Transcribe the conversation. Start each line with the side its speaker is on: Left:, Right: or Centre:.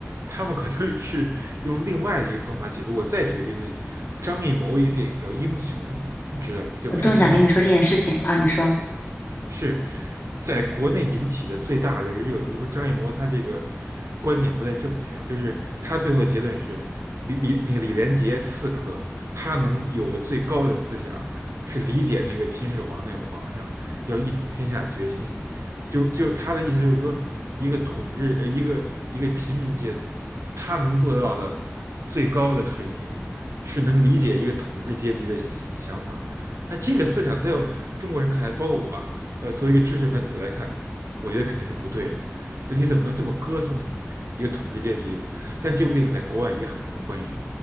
Right: 他们可能是用另外的一个方法解读。我再举个例子，张艺谋一个电影叫《英雄》，你知道吗？就拍秦始皇那个。
Left: 我正想跟你说这件事情啊，你说。
Right: 是在国内引起的最大的一个热度，就是张艺谋他这个观点不太正确，就是他最后结论是李李那个李连杰刺客，他能有的最高的思想是理解那个秦始皇那个皇上要一统天下决心，就就他的意思就是说，一个统治呃一个一个平民阶层，他能做到的最高的水平是能理解一个统治阶级的想法。那这个思想在中国人看来，包括我啊，呃，作为一个知识分子来看，我觉得肯定是不对的。就你怎么能这么歌颂一个统治阶级呢？但这部电影在国外也很受欢迎，